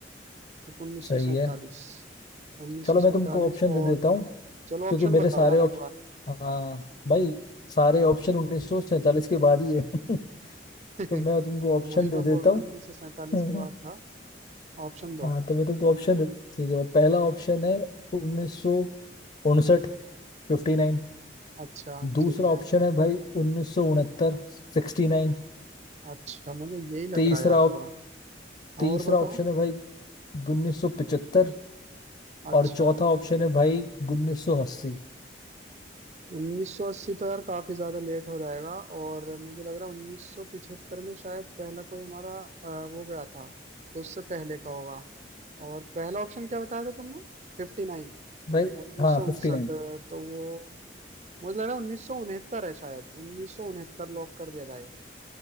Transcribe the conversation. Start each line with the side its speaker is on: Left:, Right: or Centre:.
Right: ठीक 1947
Left: सही है
Right: 1947
Left: चलो मैं तुमको ऑप्शन दे
Right: और
Left: देता हूँ
Right: चलो
Left: क्योंकि
Right: ऑप्शन
Left: मेरे
Right: बताओ
Left: सारे
Right: यार
Left: ऑप्शन
Right: एक बार
Left: हाँ भाई सारे ऑप्शन उन्नीस सौ सैंतालीस के बाद ही है <laughs> तो
Right: <laughs>
Left: मैं तुमको ऑप्शन
Right: वही
Left: दे
Right: मैं बोल
Left: देता
Right: रहा हूँ 1947
Left: हूँ
Right: के बाद
Left: <laughs>
Right: था ऑप्शन दो
Left: हाँ तो मैं तुमको ऑप्शन दे ठीक है भाई, पहला ऑप्शन है उन्नीस सौ उनसठ फिफ्टी नाइन
Right: अच्छा
Left: दूसरा
Right: ठीक है
Left: ऑप्शन है भाई उन्नीस सौ उनहत्तर सिक्सटी नाइन
Right: अच्छा मुझे यही लग
Left: तीसरा
Right: रहा है यार थोड़ा हाँ,
Left: तीसरा
Right: और बताओ
Left: ऑप्शन है भाई 1975
Right: अच्छा
Left: और चौथा ऑप्शन है भाई 1980
Right: 1980 तो यार काफी ज्यादा लेट हो जाएगा और मुझे लग रहा है 1975 में शायद पहला कोई हमारा अ, वो गया था तो उससे पहले का होगा और पहला ऑप्शन क्या बताया था तुमने 59
Left: भाई
Right: 1959
Left: हाँ 59
Right: तो वो मुझे लग रहा है 1969 है शायद 1969 लॉक कर दिया जाए